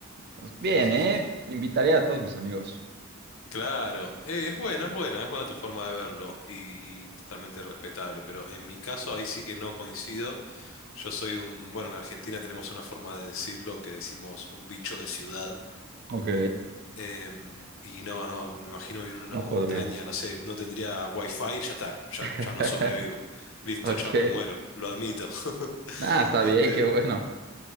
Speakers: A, on the right; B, on the left.
A: Pues Bien,
B: <laughs>
A: ¿eh? Invitaría a todos mis amigos.
B: Claro, eh, es buena, es buena, es buena tu forma de verlo y, y totalmente respetable, pero en mi caso ahí sí que no coincido. Yo soy un, bueno, en Argentina tenemos una forma de decirlo que decimos un bicho de ciudad
A: Ok,
B: em, y no, no, me imagino vivir en una
A: no
B: montaña,
A: podrías.
B: no sé, no tendría wifi, ya está, ya,
A: <laughs>
B: ya no sobrevivo. Listo,
A: Ok,
B: chao, me muero, lo admito.
A: ah
B: <laughs>
A: está bien, qué bueno.